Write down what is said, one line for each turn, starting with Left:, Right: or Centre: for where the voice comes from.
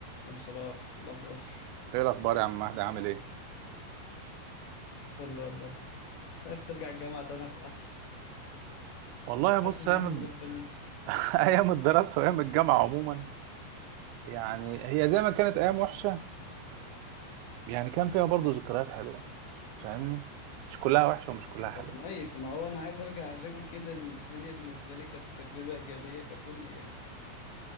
Left: أبو صلاح الأخبار
Right: ايه الاخبار يا عم مهدي عامل ايه
Left: فل والله مش عايز ترجع الجامعة تاني يا صلاح
Right: والله
Left: حاسس
Right: بص
Left: إن
Right: ايام
Left: إحنا اتغفلنا
Right: <laughs> ايام الدراسه وايام الجامعه عموما يعني هي زي ما كانت ايام وحشه يعني كان فيها برضو ذكريات حلوه فاهمني مش كلها وحشه ومش كلها حلوه
Left: طب نايس ما هو أنا عايز أرجع عشان كده إن الدنيا بالنسبة لي كانت تجربة إيجابية ككل يعني